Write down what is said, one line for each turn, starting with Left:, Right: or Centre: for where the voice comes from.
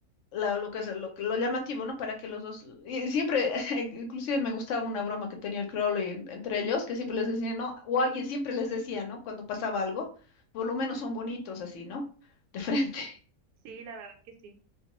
Left: la- lo que es lo, lo llamativo, ¿no? Para que los dos. Y siempre, <laughs> inclusive me gustaba una broma que tenía el Crowley en- entre ellos, que siempre les decía, ¿no? O alguien siempre les decía, ¿no? Cuando pasaba algo, por lo menos son bonitos así, ¿no? De frente.
Right: Sí, la verdad que sí.